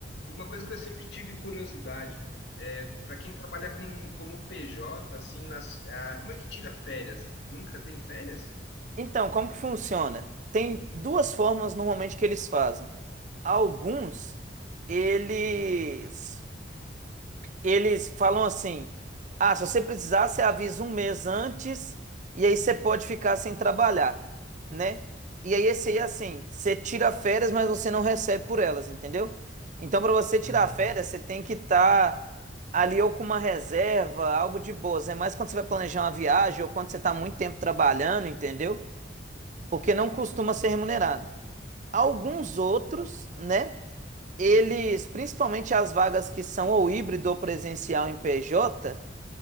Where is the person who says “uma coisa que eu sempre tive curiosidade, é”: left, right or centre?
Left